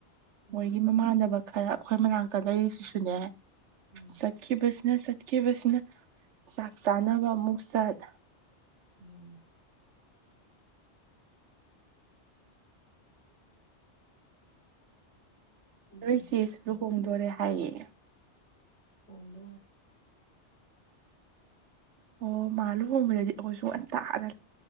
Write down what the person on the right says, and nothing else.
ꯃꯣꯏꯒꯤ ꯃꯃꯥꯟꯅꯕ ꯈꯔ ꯑꯩꯈꯣꯏ ꯃꯅꯥꯛꯇ ꯂꯩꯔꯤꯁꯤꯁꯨꯅꯦ
ꯆꯠꯈꯤꯕ ꯅ ꯆꯠꯈꯤꯕꯁꯤꯅ ꯆꯥꯛ ꯆꯥꯅꯕ ꯑꯃꯨꯛ ꯆꯠ
ꯅꯣꯏ ꯆꯁ ꯂꯨꯍꯣꯡꯗꯣꯔꯦ ꯍꯥꯏꯌꯦ
ꯑꯣ ꯃꯥ ꯂꯨꯍꯣꯡꯕꯗꯗꯤ ꯑꯩꯈꯣꯏꯁꯨ ꯑꯟꯇꯥꯗ